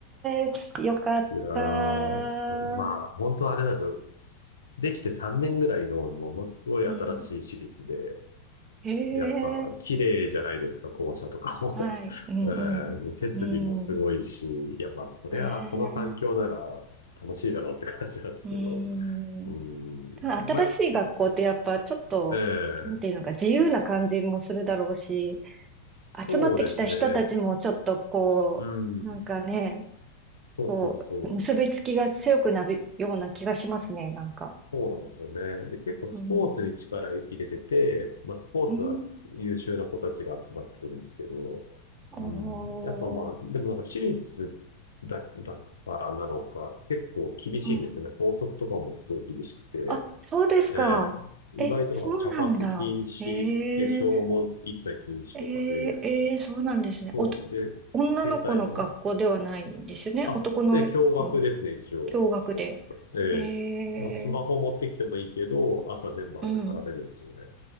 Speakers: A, on the right (about 25°); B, on the left (about 70°).
A: えー、よかった。
B: いやー、
A: う
B: そうねまあ、本当はあれなんですよ。すできて3年ぐらいのものすごい新しい私立で、
A: ん。ええ
B: でやっぱ綺麗じゃないですか、校舎とかも。
A: ー、はい。
B: <laughs>
A: うん
B: うん、設備もすごいし、
A: うん。うん。
B: いや、まあ、そりゃ、
A: ええ
B: この環境なら楽しいだろうって感じなんですけど。
A: ー、うん。
B: うん、
A: ただ新しい学校ってやっぱちょっと、
B: まあ、やっぱ、ええ
A: なんていうのか、自由な感じもするだろうし、
B: そうですね。
A: 集まってきた人たちもちょっとこう、
B: うん、
A: なんかね、
B: そうそうそう。
A: こう、結びつきが強くなるような気がしますね、なんか。
B: そうなんですよね。で、結構スポーツに力入れてて、
A: うん。
B: まあ、スポーツは優秀な子たちが集まってくるんですけど、
A: うん。おー。
B: うん、やっぱまあ、でもなんか私立だ、だからなのか、結構厳しいんですよね。
A: うん。
B: 校則とかもすごい厳しくて、
A: あ、そうですか。
B: ええ、意外となんか茶髪禁止、
A: え、そうなんだ。えー、
B: 化粧も一切禁止とかで、
A: えー、えー、そうなんですね。
B: そうなんで、
A: おと、女の子の学校ではないんですよね。
B: 携帯も、あ、
A: 男の子も。
B: で、驚愕ですね、一応。
A: 驚愕で。
B: そうなんですか。ええ。
A: ええ、
B: まあ、スマホ持ってきてもいいけど、朝全部預かられるんですよね。
A: うん、う